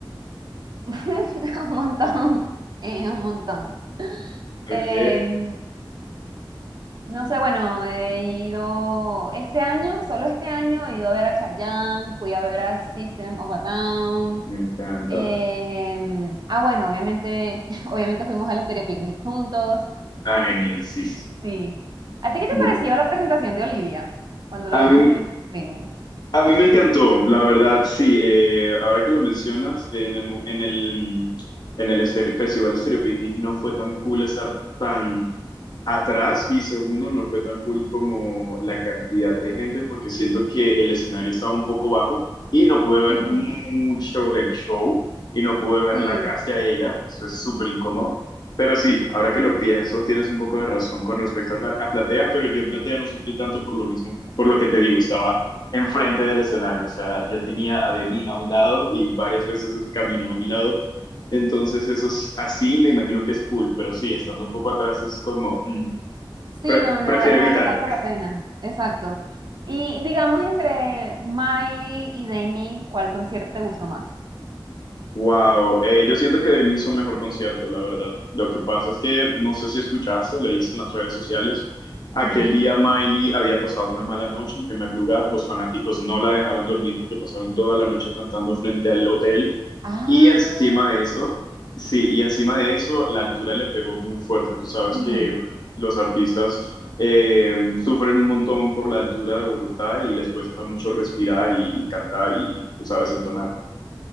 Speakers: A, on the right; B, on the left.
A: <laughs> Un montón, eh, un montón. Em,
B: Ok,
A: no sé, bueno, he ido este año, solo este año, he ido a ver a Chayanne, fui a ver a System of a Down,
B: Me encanta.
A: Em, ah, bueno, obviamente, <laughs> obviamente fuimos al Estéreo Picnic juntos.
B: ah, genial, sí.
A: Sí. ¿A ti qué te
B: Bu-
A: pareció la presentación de Olivia cuando la
B: A
A: vimos
B: mí
A: en el Estéreo Picnic?
B: A mí me encantó, la verdad, sí. Eh, ahora que lo mencionas, en el, mo- en el, mm, en el Stereo Festival Stereo Picnic no fue tan cool estar tan atrás y segundo, no fue tan cool como la cantidad de gente porque siento que el escenario estaba un poco bajo y no pude ver
A: Ujú.
B: mucho del show y no pude ver
A: Sí,
B: la casi a ella, eso es súper incómodo. Pero sí, ahora que lo pienso, tienes un poco de razón con respecto a, pla- a Platea, pero yo en Platea no sufrí tanto por lo mismo, por lo que te digo, estaba enfrente del escenario, o sea, yo tenía a Demi a un lado y varias veces caminó a mi lado, entonces eso es así, me imagino que es cool, pero sí, estando un poco atrás es como, mm,
A: sí,
B: Pre-
A: no, no,
B: prefiero
A: va- no
B: evitar.
A: vale tanto la pena. Exacto. Y digamos, entre Miley y Demi, ¿cuál concierto te gustó más?
B: Wow, eh, yo siento que de mí hizo un mejor concierto, la verdad. Lo que pasa es que no sé si escuchaste o leíste en las redes sociales. Aquel
A: Ujú.
B: día Miley había pasado una mala noche. En primer lugar, los fanáticos no la dejaron dormir porque pasaron toda la noche cantando frente al hotel
A: Ah,
B: Y encima de eso sí, y encima de eso, la altura le pegó muy fuerte. Tú sabes
A: ujú.
B: que los artistas eh, sufren un montón por la altura de Bogotá y les cuesta mucho respirar y cantar y, tú sabes, entonar.